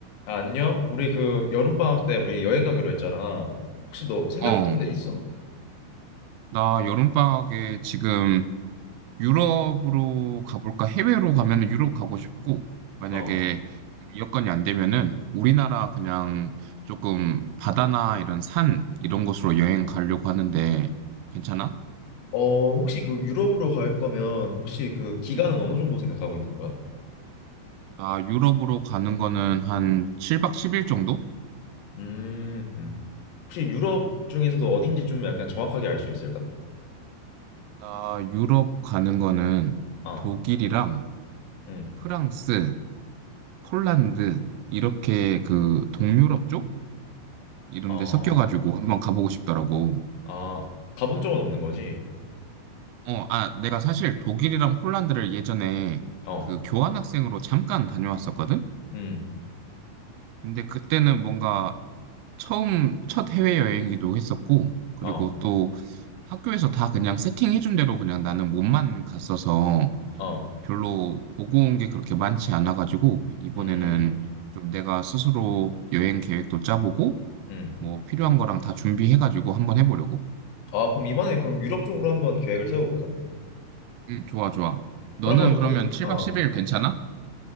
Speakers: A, on the left; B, on the right.
A: 아, 안녕? 우리 그 여름방학 때 우리 여행 가기로 했잖아. 혹시 너 생각해둔
B: 어,
A: 데 있어?
B: 나 여름방학에 지금 유럽으로 가볼까? 해외로 가면은 유럽 가고 싶고, 만약에
A: 어.
B: 여건이 안 되면은 우리나라 그냥 조금 바다나 이런 산 이런 곳으로 여행 가려고 하는데 괜찮아?
A: 어, 혹시 그 유럽으로 갈 거면 혹시 그 기간은
B: 응.
A: 어느 정도 생각하고 있는 거야?
B: 나 유럽으로 가는 거는 한 7박 10일 정도?
A: 음. 혹시 유럽 중에서도 어딘지 좀 약간 정확하게 알 수 있을까?
B: 나 유럽 가는 거는
A: 어.
B: 독일이랑
A: 응
B: 프랑스, 폴란드 이렇게 그 동유럽 쪽 이런
A: 아.
B: 데 섞여가지고 한번 가보고 싶더라고.
A: 아, 가본 적은 없는 거지?
B: 어, 아, 내가 사실 독일이랑 폴란드를 예전에
A: 어.
B: 그 교환학생으로 잠깐 다녀왔었거든?
A: 음.
B: 근데 그때는 뭔가 처음 첫 해외여행이기도 했었고, 그리고
A: 어.
B: 또 학교에서 다 그냥 세팅해준 대로 그냥 나는 몸만 갔어서
A: 어.
B: 별로 보고 온 게 그렇게 많지 않아가지고, 이번에는
A: 음.
B: 좀 내가 스스로 여행 계획도 짜보고,
A: 음.
B: 뭐 필요한 거랑 다 준비해가지고 한번 해보려고.
A: 아, 그럼 이번에 그럼 유럽 쪽으로 한번 계획을 세워볼까?
B: 음, 좋아, 좋아. 너는
A: 그러면
B: 그러면
A: 그
B: 7박
A: 어.
B: 10일 괜찮아?